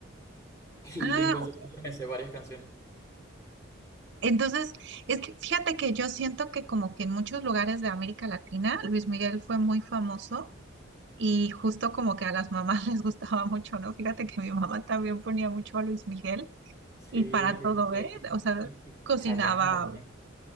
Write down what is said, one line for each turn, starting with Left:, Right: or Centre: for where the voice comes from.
Left: <laughs> y
Right: Ah,
Left: en consecuencia
Right: ok.
Left: me sé varias canciones.
Right: Entonces, es que fíjate que yo siento que como que en muchos lugares de América Latina, Luis Miguel fue muy famoso Y justo como que a las mamás <laughs> les gustaba mucho, ¿no? Fíjate que mi mamá también ponía mucho a Luis Miguel
Left: Sí,
Right: y para
Left: Luis
Right: todo,
Left: Miguel
Right: ¿eh? O sea,
Left: y, y,
Right: cocinaba,
Left: y Chayanne también.